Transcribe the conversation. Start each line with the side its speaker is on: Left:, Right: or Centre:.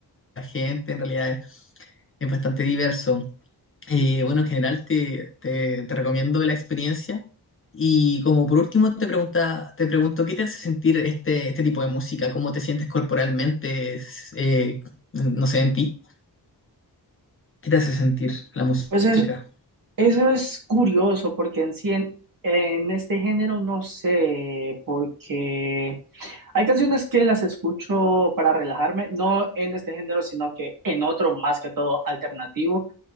Left: de la gente, en realidad es bastante diverso. Eh, bueno, en general te, te, te recomiendo la experiencia. Y como por último te pregunta, te pregunto, ¿qué te hace sentir este, este tipo de música? ¿Cómo te sientes corporalmente? Es, eh, no sé, en ti. ¿Qué te hace sentir la música?
Right: Pues es- Eso es curioso porque en sí, en, en este género no sé, porque hay canciones que las escucho para relajarme, no en este género, sino que en otro más que todo alternativo.